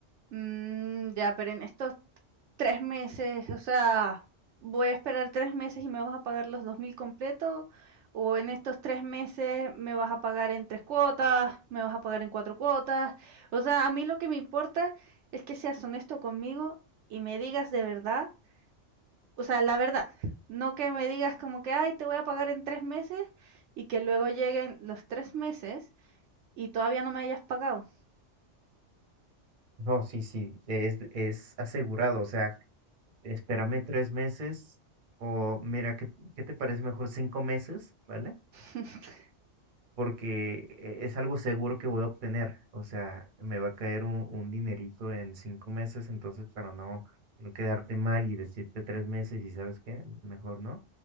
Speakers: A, on the right (about 70°); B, on the right (about 45°).
A: Mm, ya, pero en esto Tres meses, o sea, voy a esperar 3 meses y me vas a pagar los 2.000 completo, o en estos 3 meses me vas a pagar en 3 cuotas, me vas a pagar en 4 cuotas. O sea, a mí lo que me importa es que seas honesto conmigo y me digas de verdad, o sea, la verdad. No que me digas como que, ay, te voy a pagar en 3 meses y que luego lleguen los 3 meses y todavía no me hayas pagado.
B: No, sí, sí, es, es asegurado, o sea, espérame tres meses o mira, ¿qué, qué te parece mejor cinco meses, ¿vale?
A: <laughs>
B: Porque eh, es algo seguro que voy a obtener, o sea, me va a caer un, un dinerito en cinco meses, entonces para no, no quedarte mal y decirte tres meses y sabes qué, mejor no,